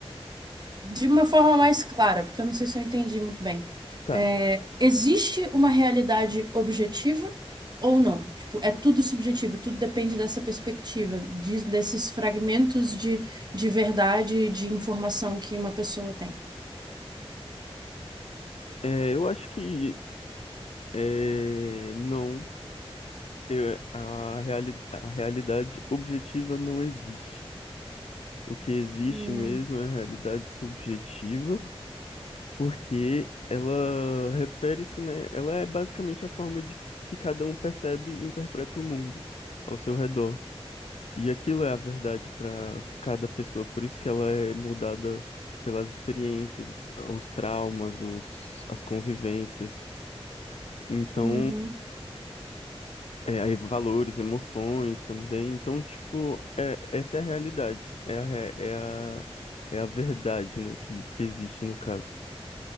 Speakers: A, on the right; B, on the left.
A: de uma forma mais clara, porque eu não sei se eu entendi muito bem.
B: tá.
A: É, existe uma realidade objetiva ou não? Tipo, é tudo subjetivo, tudo depende dessa perspectiva, de- desses fragmentos de, de verdade e de informação que uma pessoa tem.
B: É, eu acho que é, não, eu- a, reali a realidade objetiva não existe. O que existe
A: Hum,
B: mesmo é a realidade subjetiva, porque ela refere-se, né? Ela é basicamente a forma de que cada um percebe e interpreta o mundo ao seu redor. E aquilo é a verdade para cada pessoa, por isso que ela é mudada pelas experiências, os traumas, os, as convivências. Então,
A: uhum,
B: É, aí valores, emoções também. Então, tipo, é, essa é a realidade. É a, re- é a, é a verdade, né? Que, que existe no caso.